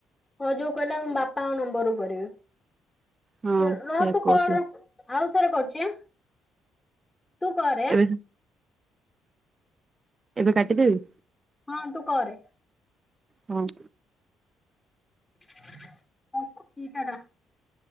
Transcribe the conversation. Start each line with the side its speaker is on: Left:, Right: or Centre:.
Left: ହଁ ଯୋଉ କହିଲା ବାପାଙ୍କ ନମ୍ବରରୁୁ କରିବି।
Right: ହଁ
Left: ରହ
Right: ସେ
Left: ତୁ
Right: କହୁଥିଲା
Left: କର ଆଉ ଥରେ କରୁଛ ହାଁ ତୁ କରେ ଆଁ!
Right: ଏବେ ଏବେ କାଟି ଦେବି?
Left: ହଁ ତୁ କରେ।
Right: ହଉ।
Left: <inaudible>